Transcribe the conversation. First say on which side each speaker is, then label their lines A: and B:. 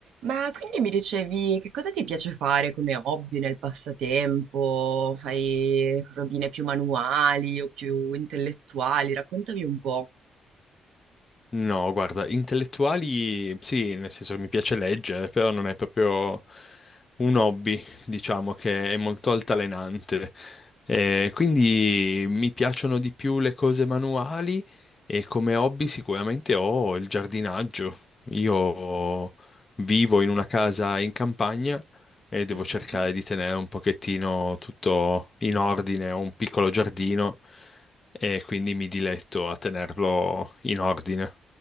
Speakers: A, on the right; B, on the left.
A: Ma quindi mi dicevi che cosa ti piace fare come hobby nel passatempo? Fai robine più manuali o più intellettuali? Raccontami un po'.
B: No, guarda, intellettuali sì, nel senso che mi piace leggere, però non è proprio un hobby, diciamo che è molto altalenante. Eh, quindi mi piacciono di più le cose manuali e come hobby sicuramente ho il giardinaggio. Io vivo in una casa in campagna e devo
A: Mhm.
B: cercare di tenere un pochettino tutto in ordine, ho un piccolo giardino e quindi mi diletto a tenerlo in ordine.